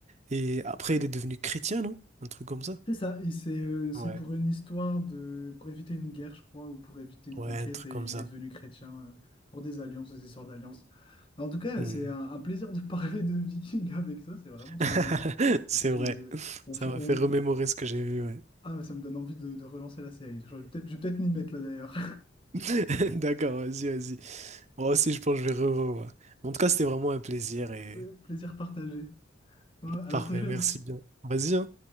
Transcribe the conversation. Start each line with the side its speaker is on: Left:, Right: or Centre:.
Right: Et après, il est devenu chrétien, non? Un truc comme ça.
Left: C'est ça, et c'est euh, c'est
Right: Ouais,
Left: pour une histoire de... pour éviter une guerre, je crois, ou pour éviter une
Right: ouais,
Left: conquête,
Right: un truc
Left: et
Right: comme
Left: il
Right: ça.
Left: est devenu chrétien euh, pour des alliances, des histoires d'alliances. Mais En tout cas,
Right: Hmm.
Left: c'est un, un plaisir de <laughs> parler de Viking avec toi, c'est vraiment trop
Right: <laughs>
Left: bien.
Right: C'est
Left: Et puis,
Right: vrai.
Left: euh, on,
Right: Ça
Left: f- on...
Right: m'a fait remémorer ce que j'ai vu, ouais.
Left: Ah, ça me donne envie de, de relancer la série. Je vais peut-être je vais peut-être m'y mettre là d'ailleurs.
Right: <laughs> D'accord, vas-y, vas-y. Moi aussi, je pense que je vais revoir. En tout cas, c'était vraiment un plaisir et
Left: Ouais, Plaisir partagé. Ouais, à
Right: parfait.
Left: la prochaine.
Right: Merci bien. Vas-y, hein.